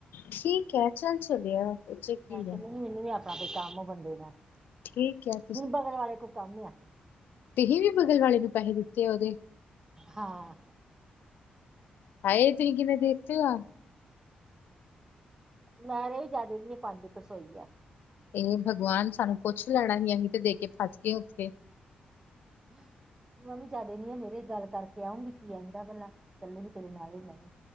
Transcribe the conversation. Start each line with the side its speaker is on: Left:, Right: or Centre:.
Left: ਠੀਕ ਹੈ ਚੱਲ ਚਲਿਆ। ਚ ਕੀ
Right: ਮੈਂ ਕਿਹਾ
Left: ਹੈ
Right: ਮੈਨੂੰ ਵੀ ਆਪਣਾ ਕੋ ਕੰਮ ਬੰਦੇ ਦਾ,
Left: ਠੀਕ ਹੈ
Right: ਮੈਨੂੰ ਬਗਲ ਵਾਲੇ ਕੋ ਕੰਮ ਆ।
Left: ਤੁਹੀ ਵੀ ਬਗਲ ਵਾਲੇ ਦੇ ਪੈਹੇ ਦਿੱਤੇ ਉਦੇ।
Right: ਹਾਂ।
Left: ਹਾਏ ਤੁਸੀ ਕਿਵੇਂ ਦੇ ਤੇ ਆ।
Right: ਨਾ ਰਈ ਜਾਦਾ ਨੀ ਏ ਪੰਜ ਕੂ ਸੋ ਈ ਆ।
Left: ਏਹ ਭਗਵਾਨ ਸਾਨੂੰ ਪੁੱਛ ਲੈਣਾ ਹੀ ਅਹੀ ਤੇ ਦੇ ਕੇ ਫਸ ਗੇ ਉੱਥੇ।
Right: ਮ ਵੀ ਜਾਦਾ ਨੀ ਆ ਮੇਰੇ ਗੱਲ ਕਰਕੇ ਆਉਂਗੀ ਕੀ ਕੇਂਦਾ ਭਲਾ। ਚੱਲੂਗੀ ਤੇਰੇ ਨਾਲ ਹੀ ਮੈਂ ਵੀ